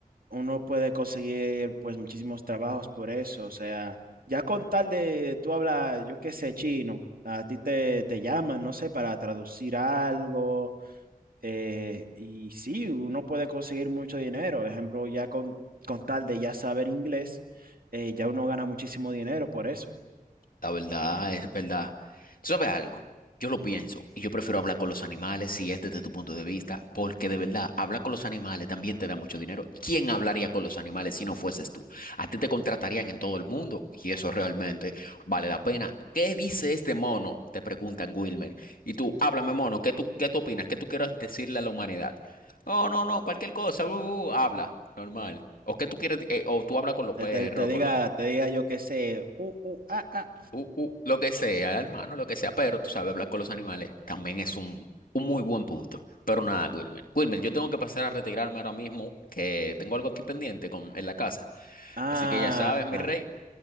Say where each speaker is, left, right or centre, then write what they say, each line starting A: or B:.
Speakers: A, on the right; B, on the left.
A: Uno puede conseguir pues muchísimos trabajos por eso, o sea, ya con tal de tú hablas, yo qué sé, chino, a ti te, te llaman, no sé, para traducir algo eh, y sí, uno puede conseguir mucho dinero. Por ejemplo, ya con, con tal de ya saber inglés, eh, ya uno gana muchísimo dinero por eso.
B: La verdad es verdad. Tú sabes algo, yo lo pienso y yo prefiero hablar con los animales si es desde tu punto de vista, porque de verdad, hablar con los animales también te da mucho dinero. ¿Quién hablaría con los animales si no fueses tú? A ti te contratarían en todo el mundo y eso realmente vale la pena. ¿Qué dice este mono? Te preguntan Wilmer. Y tú, háblame mono, ¿qué tú, qué tú opinas? ¿Qué tú quieres decirle a la humanidad? No, no, no, cualquier cosa, uh, uh, uh, habla, normal. O qué tú quieres, eh, o tú hablas con los
A: Te,
B: perros,
A: te- te
B: con
A: diga,
B: los
A: te diga yo que sé, uh, uh, ah, ah,
B: u- u- lo que sea, hermano, lo que sea, pero tú sabes, hablar con los animales también es un, un muy buen punto. Pero nada, Wilmer. Wilmer, yo tengo que pasar a retirarme ahora mismo, que tengo algo aquí pendiente con, en la casa.
A: ah,
B: Así que ya sabes, mi rey.